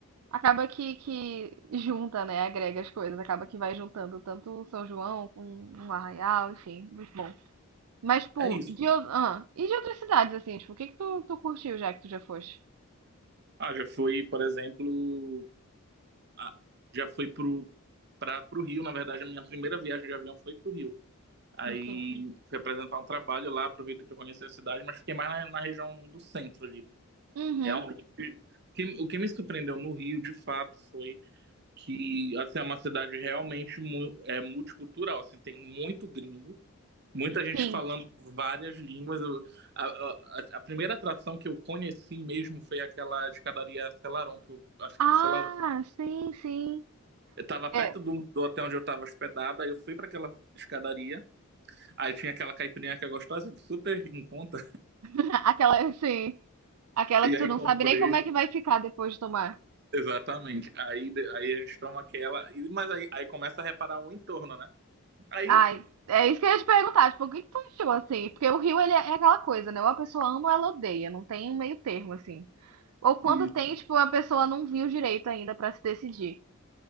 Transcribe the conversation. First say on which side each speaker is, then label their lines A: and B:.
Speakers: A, on the right; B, on the right.
A: acaba que, que junta, né? Agrega as coisas. Acaba que vai juntando tanto o São João com um arraial, enfim, muito bom. Mas, tipo,
B: É isso.
A: de, ou- ah, e de outras cidades, assim, tipo, o que que tu, tu curtiu já que tu já foste?
B: Ah, já fui, por exemplo, ah, já fui pro, pra, pro Rio, na verdade, a minha primeira viagem de avião foi pro Rio. Aí
A: Ok.
B: fui apresentar um trabalho lá, aproveitei para conhecer a cidade, mas fiquei mais na, na região do centro ali.
A: Uhum.
B: Realmente, o que, o que me surpreendeu no Rio, de fato, foi que assim, é uma cidade realmente mu- é multicultural, assim, tem muito gringo, muita gente
A: Sim.
B: falando várias línguas. Eu- a, a- a primeira atração que eu conheci mesmo foi aquela escadaria Selarón, que eu acho
A: Ah,
B: que é Selarón.
A: sim, sim.
B: Eu estava perto
A: É,
B: do, do hotel onde eu estava hospedada, aí eu fui para aquela escadaria, aí tinha aquela caipirinha que é gostosa, super em conta.
A: <laughs> aquela, sim. Aquela
B: E
A: que
B: aí
A: tu não
B: comprei.
A: sabe nem como é que vai ficar depois de tomar.
B: Exatamente. Aí, de- aí a gente toma aquela. e- Mas aí, aí começa a reparar o entorno, né? Aí.
A: Ai, é isso que eu ia te perguntar, tipo, o que que tu achou, assim? Porque o Rio, ele é é aquela coisa, né? Ou a pessoa ama ou ela odeia, não tem um meio termo, assim. Ou quando
B: Isso,
A: tem, tipo, a pessoa não viu direito ainda pra se decidir.